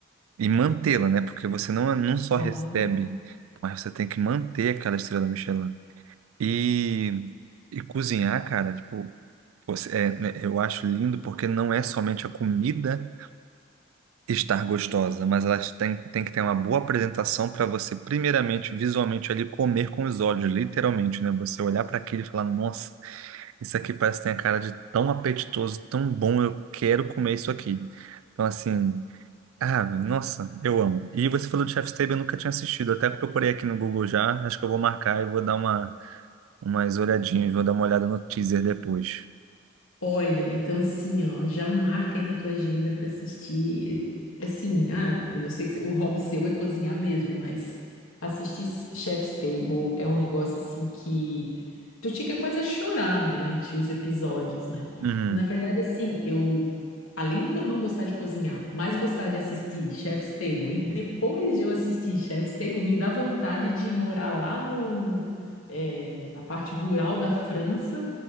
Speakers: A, on the right; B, on the left.
A: e mantê-la, né? Porque você não, não só
B: claro
A: recebe, mas você tem que manter aquela estrela Michelin. E, e cozinhar, cara, tipo, você- é, né, eu acho lindo porque não é somente a comida estar gostosa, mas ela tem, tem que ter uma boa apresentação para você, primeiramente, visualmente ali, comer com os olhos, literalmente, né? Você olhar para aquilo e falar, nossa, isso aqui parece que tem a cara de tão apetitoso, tão bom, eu quero comer isso aqui. Então, assim. Ah, nossa, eu amo. E você falou de Chef's Table, eu nunca tinha assistido. Até procurei aqui no Google já. Acho que eu vou marcar e vou dar uma, umas olhadinhas, vou dar uma olhada no teaser depois.
B: Olha, então assim, ó, já marca aí na tua agenda para assistir. eh, Assim, ah, eu sei que cê- o hobby seu é cozinhar mesmo, mas assistir S- Chef's Table é um negócio assim que tu fica quase a chorar durante os episódios, né?
A: Uhum,
B: E na verdade, assim, eu, além de eu não gostar de cozinhar, mas gostar de assistir Chef's Table, e depois de eu assistir Chef's Table, me dá vontade de morar lá no, eh, na parte rural da França